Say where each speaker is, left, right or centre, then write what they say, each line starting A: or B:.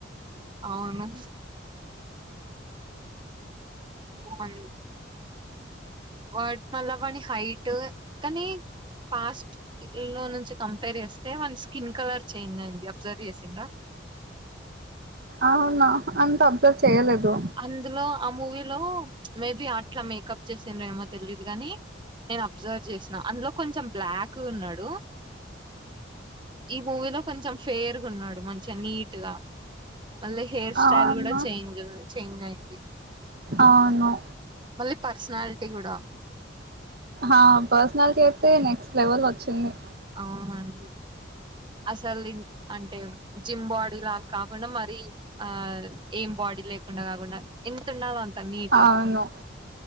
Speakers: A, on the right (about 25°); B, on the right (about 55°).
A: అవును బాగుంది వాడు మల్ల వాని హైటు కానీ పాస్ట్ లో నుంచి కంపేర్ చేస్తే వాని స్కిన్ కలర్ చేంజ్ అయింది అబ్జర్వ్ చేసింర
B: అవునా అంత అబ్జర్వ్ చేయలేదు
A: అందులో ఆ మూవీలో మేబి అట్లా మేకప్ చేసింరేమో తెలీదు కాని నేను అబ్జర్వ్ చేసినా అందులో కొంచెం బ్లాక్గ ఉన్నడు ఈ మూవీలో కొంచెం ఫేర్గా ఉన్నాడు మంచిగా నీట్ గా మళ్ళ హెయిర్
B: అవునా
A: స్టైల్ కూడా చేంజ్ ఉంది చేంజ్ అయింది
B: అవును
A: మళ్ళీ పర్సనాలిటీ కూడా
B: ఆ పర్సనాలిటీ అయితే నెక్స్ట్ లెవెల్ వచ్చింది
A: అవునండి అసలు అంటే జిమ్ బాడీ లాగ కాకుండా మరి ఆ ఏం బాడీ లేకుండా కాకుండా ఇంతుండాలో అంత నీట్
B: అవును
A: గా